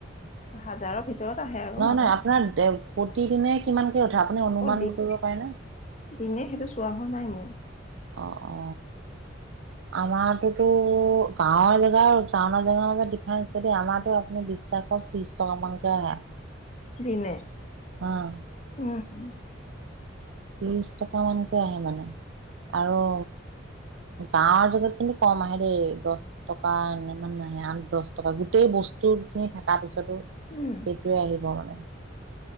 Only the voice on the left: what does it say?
হাজাৰৰ ভিতৰত। ৰতৰত আহে আৰু
মাহত
অ দিন
দিনে সেইটো চোৱা হোৱা নাই মোৰ।
<inaudible>
দিনে?
উম, উম।
উম,